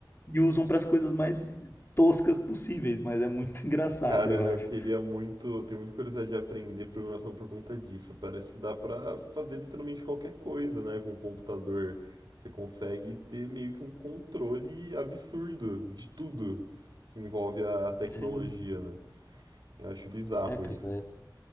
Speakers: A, on the left; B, on the right.
A: e usam para as coisas mais toscas possíveis, mas é muito <laughs> engraçado,
B: Cara,
A: eu
B: eu
A: acho.
B: queria muito, tenho muita curiosidade de aprender programação por conta disso. Parece que dá pra fazer literalmente qualquer coisa, né, com o computador. Você consegue ter meio que um controle absurdo de tudo que envolve a tecnologia,
A: Sim.
B: né? Eu acho bizarro
A: É, cara,
B: isso.